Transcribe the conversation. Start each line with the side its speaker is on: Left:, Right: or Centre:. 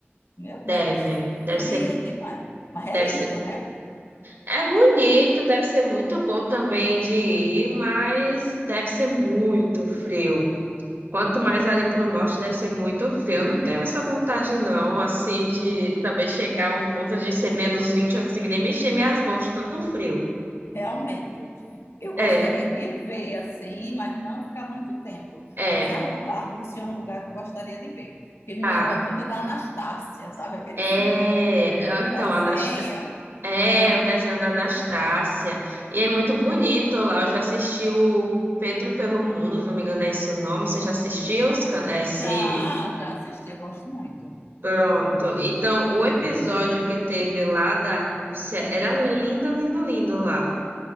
Left: meu Deus,
Right: deve, deve
Left: frio
Right: ser,
Left: demais. Mas é
Right: deve
Left: linda,
Right: ser.
Left: né?
Right: É bonito, deve ser muito bom também de ir, mas deve ser muito frio. Quanto mais ali para o norte deve ser muito frio. Eu não tenho essa vontade, não, assim, de também chegar a um ponto de ser menos 20 eu conseguir nem mexer minhas mãos, de tanto frio.
Left: Realmente, eu
Right: É,
Left: gostaria de ver assim, mas não ficar muito tempo.
Right: é,
Left: Mas a, Rú- a Rússia é um lugar que eu gostaria de ver, porque me
Right: ah,
Left: lembra muito da Anastácia, sabe? Aquele
Right: é.
Left: filme,
Right: Então,
Left: desenho,
Right: Anasta... é
Left: né?
Right: o desenho da Anastácia. E é muito bonito lá. Eu já assisti o Pedro pelo Mundo, se não me engano, é esse o nome. Você já assistiu esse. can- esse-
Left: Já, já assisti, eu gosto muito.
Right: Pronto. Então, o episódio que teve lá da Rússia era lindo, lindo, lindo lá.